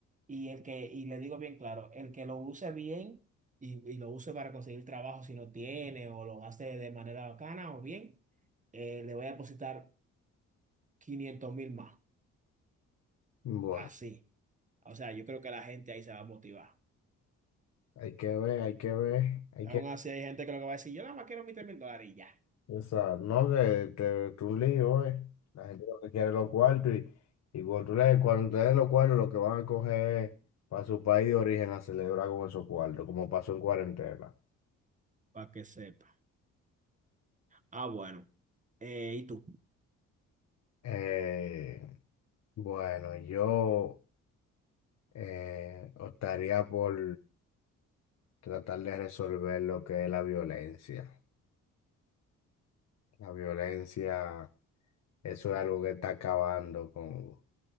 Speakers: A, on the right; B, on the left.
A: Y el que, y le digo bien claro, el que lo use bien y, y lo use para conseguir trabajo si no tiene o lo gaste de manera bacana o bien, eh, le voy a depositar. quinientos mil más.
B: bueno,
A: Así. O sea, yo creo que la gente ahí se va a motivar.
B: hay que ver, hay que ver, hay
A: Aún
B: que
A: así hay gente que lo que va a decir, yo nada más quiero mis 3 mil dólares y ya.
B: O no que te, te un lío, eh. La gente lo que quiere es los cuartos y, y cuando tú le, cuando te den los cuartos, lo que van a coger para su país de origen a celebrar con esos cuartos, como pasó en cuarentena.
A: Para que sepa. Ah, bueno. Eh, ¿y tú?
B: Eh, bueno, yo eh, optaría por tratar de resolver lo que es la violencia. La violencia, eso es algo que está acabando con,